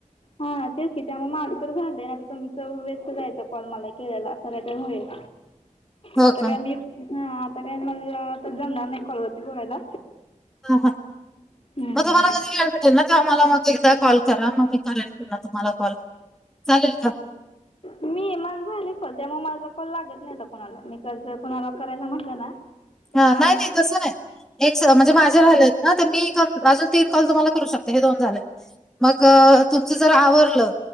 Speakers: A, on the left; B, in the centre.
A: हा तेच की त्यामुळे माझं तर झालंय आता तुमच वेस्ट जायचा कॉल मला केलेला. खरं ते होईल
B: हो
A: आता
B: का?
A: काय मी आता काय मला आता तर जमणार नाही कॉलवरती बोलायला.
B: हा हा
A: हम्म.
B: मग तुम्हाला कधी त्यांना का मला मग एकदा कॉल करा मग मी करेन पुन्हा तुम्हाला कॉल चालेल का?
A: मी माझं झालंय कॉल त्यामुळे माझा कॉल लागत नव्हता कोणाला मी क जर कुणाला करायच म्हटलं ना तर
B: ह
A: मा
B: नाही नाही तसं नाही एक म्हणजे
A: मग
B: माझे राहिले आहेत ना तर मी अजून तीन कॉल तुम्हाला करू शक हे दोन झाले. मग तुमचं जर आवरलं